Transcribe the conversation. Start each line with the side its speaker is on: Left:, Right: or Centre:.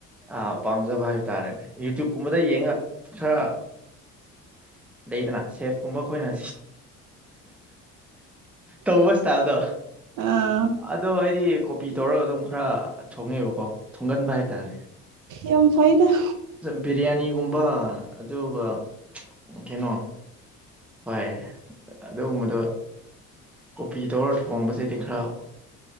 Centre: ꯑ ꯄꯥꯝꯖꯕ ꯍꯥꯏꯕ ꯇꯥꯔꯦꯅꯦ ꯌꯨꯇꯌ꯭ꯨꯕ ꯀꯨꯝꯕꯗ ꯌꯦꯡꯉ ꯈꯔ ꯂꯩꯗꯅ ꯁꯦꯐ ꯀꯨꯝꯕ ꯑꯩꯈꯣꯏꯅ ꯇꯧꯕ ꯏꯁꯇꯥꯏꯜꯗꯣ
Right: ꯑꯥ
Centre: ꯑꯗꯣ ꯑꯩꯗꯤ ꯀꯣꯄꯤ ꯇꯧꯔꯒ ꯑꯗꯨꯝ ꯈꯔ ꯊꯣꯡꯉꯦꯕꯀꯣ ꯊꯣꯡꯒꯟꯕ ꯍꯥꯏꯇꯥꯔꯦ
Right: ꯌꯥꯝ ꯐꯩꯗꯥꯥ
Centre: ꯕꯤꯔꯌꯥꯅꯤꯒꯨꯝꯕ ꯑꯗꯨꯒ ꯀꯩꯅꯣ ꯍꯣꯏ ꯑꯗꯨꯒꯨꯝꯕꯗꯣ ꯀꯣꯄꯤ ꯇꯧꯔ ꯊꯣꯡꯕꯁꯤꯗꯤ ꯈꯔ